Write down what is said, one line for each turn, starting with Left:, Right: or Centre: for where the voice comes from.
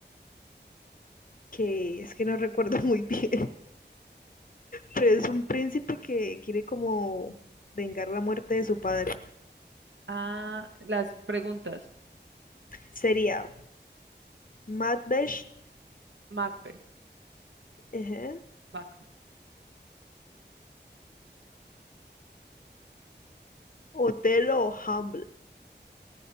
Left: Que es que no recuerdo <laughs> muy bien, pero es un príncipe que quiere como vengar la muerte de su padre.
Right: Ah, las preguntas.
Left: Sería Macbeth,
Right: Macbeth,
Left: ajá,
Right: Macbeth,
Left: Otelo Hamlet.